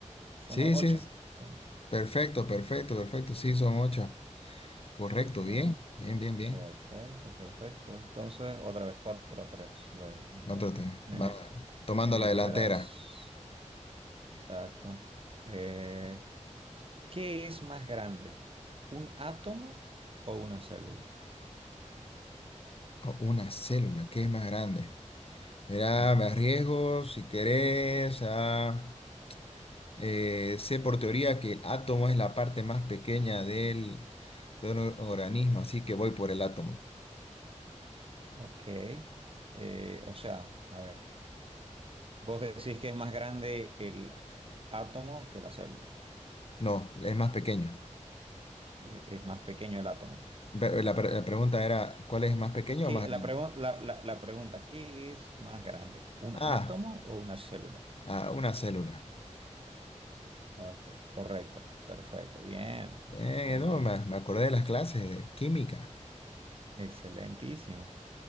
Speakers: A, on the right; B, on the left.
A: son
B: Sí,
A: o- ocho,
B: sí.
A: sí.
B: Perfecto, perfecto, perfecto. Sí, son ocho. Correcto,
A: Bien,
B: bien, bien, bien, bien.
A: perfecto, perfecto. Entonces, otra vez cuatro a tres, voy en
B: Otro
A: el,
B: te
A: en
B: va
A: el,
B: tomando
A: en el
B: la delantera.
A: liderazgo. Exacto. Eh, ¿qué es más grande? ¿Un átomo o una célula?
B: Oh, una célula, ¿qué es más grande? Mira,
A: Ujú.
B: me arriesgo si querés. ah, eh, sé por teoría que el átomo es la parte más pequeña del, de un organismo, así que voy por el átomo.
A: Ok. Eh, o sea, a ver, vos decís que es más grande el átomo que la célula.
B: No, es más pequeño.
A: Eh, es más pequeño el átomo.
B: Ve- La, pre- la pregunta era, ¿cuál es más pequeño
A: ¿Qué-
B: o más grande?
A: la, pregu- la- la- la pregunta, ¿qué es más grande? ¿Un
B: Ah,
A: átomo o una célula?
B: ah, una célula.
A: Ok, correcto, perfecto, bien,
B: Eh,
A: bien,
B: no,
A: bien,
B: me, me acordé de las clases de química.
A: excelentísimo.